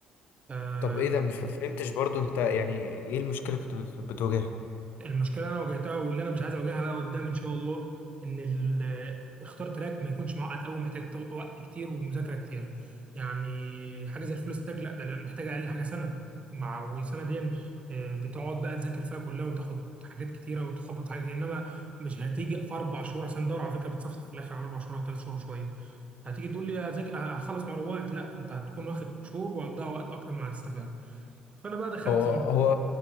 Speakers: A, on the right; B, on the left.
A: آه،
B: طب إيه ده مش فهمتش برضو أنت يعني إيه المشكلة كنت بت- بتواجهها؟
A: المشكله اللي انا واجهتها واللي انا مش عايز اواجهها بقى قدام ان شاء الله ان ال- اختار تراك ما يكونش معقد قوي محتاج تو- وقت كتير ومذاكره كتير يعني حاجه زي الفول ستاك لا ده محتاج اقل حاجه سنه مع وسنه دي آه، بتقعد بقى تذاكر فيها كلها وتاخد حاجات كتيره وتخبط حاجات كتير. انما مش هتيجي في اربع شهور عشان الدوره على فكره بتصفصف في الاخر على اربع شهور او ثلاث شهور شويه هتيجي تقول لي هذاك- هخلص مروات لا انت هتكون واخد شهور وهتضيع وقت اكتر ما هتستفاد فانا بقى دخلت
B: هو هو